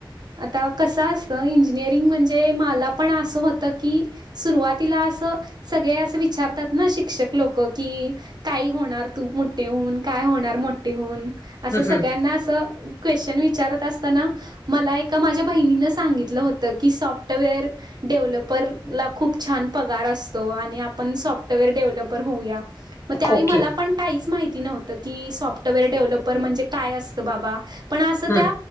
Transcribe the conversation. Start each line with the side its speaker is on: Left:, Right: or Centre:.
Right: आता कसं असत इंजिनिअरिंग म्हणजे मला पण असं होत की सुरुवातीला सो सगळे असे विचारतात ना शिक्षक लोक कि काई होणार तू मोठे होऊन का काय होणार मोठी होऊन असं
Left: हम्म
Right: सगळ्यांना
Left: हम्म
Right: असं कोशन-. - तेणं विचारत असताना मला एका माझ्या बहिणीनं सांगितलं होतं सॉफ्टवेअर डेव्हल डेव्हलपर ला खूप छान पगार असतो आणि आपण सॉफ्टवेअर डेव्हलपर होऊया मग त्यावेळी
Left: ओके
Right: मला पण काहीच माहिती नव्हतं कि सॉफ्टवेअर डेव्हलपर म्हणजे काय असत बाबा पण असं
Left: हम्म
Right: त्या